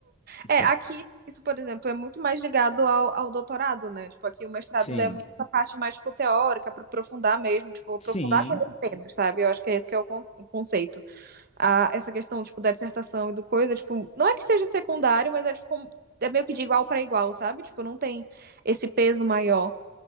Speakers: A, on the left; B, on the right.
A: Sabe?
B: É, aqui, isso, por exemplo, é muito mais ligado ao, ao doutorado, né? Tipo, aqui o mestrado
A: Sim.
B: ainda é muito a parte mais, tipo, teórica, para aprofundar mesmo, tipo, aprofundar
A: Sim.
B: conhecimentos, sabe? Eu acho que é esse que é o, con- o conceito. Ah, essa questão, tipo, da dissertação e do coisa, tipo, não é que seja secundário, mas é, tipo, como- é meio que de igual para igual, sabe? Tipo, não tem esse peso maior